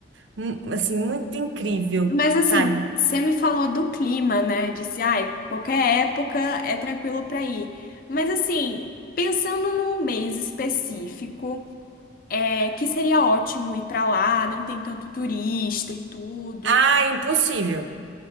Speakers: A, on the right; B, on the left.
A: mu- assim, muito incrível,
B: Mas assim,
A: sabe?
B: você me falou do clima, né? Disse, ai, qualquer época é tranquilo pra ir. Mas assim, pensando num mês específico, é que seria ótimo ir pra lá, não tem tanto turista e tudo.
A: Ah, impossível.